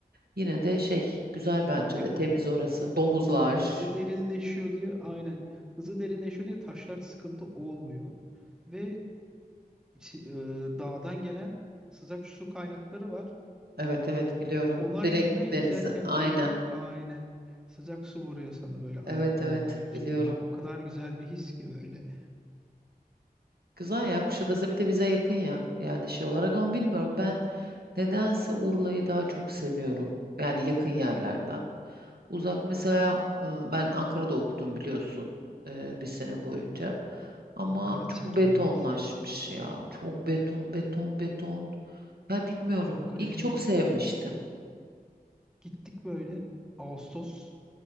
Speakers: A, on the right (about 80°); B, in the centre.
A: yine de şey güzel bence
B: Ya
A: de temiz orası. Domuzlar.
B: hızlı derinleşiyor diye aynen. Hızlı derinleşiyor diye taşlar sıkıntı olmuyor. Ve içi- e, dağdan gelen sıcak su kaynakları var.
A: Evet evet
B: O
A: biliyorum.
B: onlar
A: Direkt
B: yüzünden yüzerken
A: denizi. Aynen.
B: böyle aynen sıcak su vuruyor sana böyle ayaklarına,
A: Evet evet
B: vücuduna.
A: biliyorum.
B: O kadar güzel bir his ki böyle.
A: Güzel ya Kuşadası bir de bize yakın ya yani şey olarak ama bilmiyorum ben nedense Urla'yı daha çok seviyorum yani yakın yerlerden. Uzak mesela ıı, ben Ankara'da okudum biliyorsun eee, bir sene boyunca ama
B: Ankara
A: çok
B: çekilmez
A: betonlaşmış
B: ya.
A: ya çok beton beton beton ya bilmiyorum
B: Ankara'ya
A: ilk çok sevmiştim.
B: gittik böyle. Ağustos